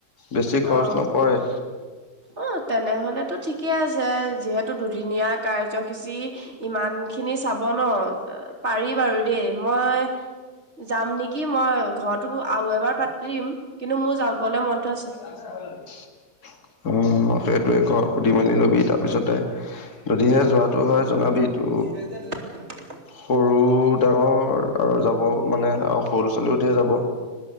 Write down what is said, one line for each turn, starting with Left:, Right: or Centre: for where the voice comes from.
Left: বেছি খৰচ
Right: অ',
Left: নপৰে।
Right: অ তেনেহলেতো ঠিকেই আছে যিহেতু দুদিনীয়া কাৰ্যসূচী। ইমান খিনি চাব ন পাৰি বাৰু দেই মই। যাম নেকি মই ঘৰতো আৰু এবাৰ পাতিম কিন্তু মোৰ যাবলে মনটো আছে।
Left: <unintelligible> অ সেইটোৱে ঘৰ সুধি মেলি ল'বি তাৰপিছতে যদিহে যোৱাটো হয় জনাবি।
Right: <unintelligible>
Left: তো সৰু ডাঙৰ আৰু যাব মানে আৰু সৰু ল'ৰা ছোৱালীও ধেৰ যাব।